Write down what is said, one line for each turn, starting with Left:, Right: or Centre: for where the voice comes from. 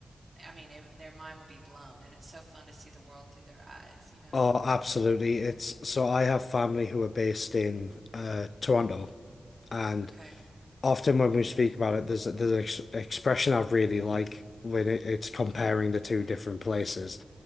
Right: I mean, it, their mind would be blown. And it's so fun to see the world through their eyes, you know?
Left: Oh, absolutely. It's so I have family who are based in uh, Toronto, and
Right: Okay.
Left: often when we speak about it, there's there's an ex expression I really like when it, it's comparing the two different places,